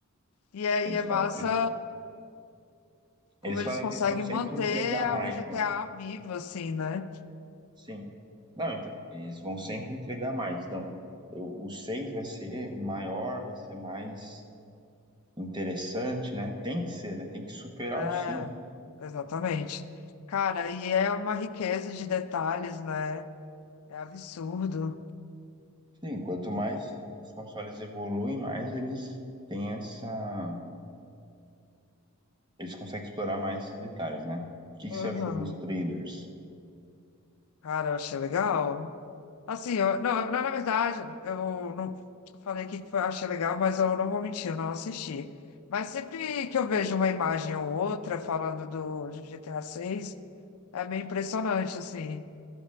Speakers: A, on the left; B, on the right.
A: E aí
B: Eles
A: é massa
B: fazem questão,
A: como
B: eles
A: eles
B: fazem
A: conseguem
B: questão de sempre
A: manter
B: entregar
A: a-
B: mais,
A: o GTA
B: né?
A: vivo, assim, né?
B: Sim. Não, então, eles vão sempre entregar mais. Então, eu- o 6 vai ser maior, vai ser mais interessante, né? Tem que ser, né? Tem que superar
A: É.
B: o cinco
A: Exatamente. Cara, e é uma riqueza de detalhes, né? É absurdo.
B: Sim, quanto mais os consoles evoluem, mais eles têm essa. Eles conseguem explorar mais esses detalhes, né? O que
A: Uhum.
B: que você achou dos trailers?
A: Cara, eu achei legal. Assim, eu, não, na na verdade, eu não eu falei aqui que foi- achei legal, mas eu não vou mentir, eu não assisti. Mas sempre que eu vejo uma imagem ou outra falando do de GTA seis é meio impressionante, assim.